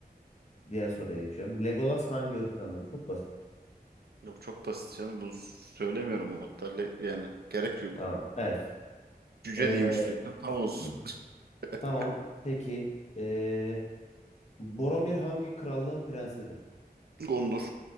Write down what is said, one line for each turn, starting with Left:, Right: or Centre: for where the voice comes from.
Left: Diğer soruya geçiyorum. Legolas hangi ırktandı? Bu çok basit.
Right: Yok çok basit canım. Bunu söylemiyorum hatta. Le- Yani gerek yok.
Left: Tamam. Elf.
Right: Cüce
Left: Ee,
Right: diyeyim istiyorsan tam olsun.
Left: <clears throat>
Right: <laughs>
Left: tamam. Peki. Ee, Boromir hangi krallığın prensidir?
Right: Gondor.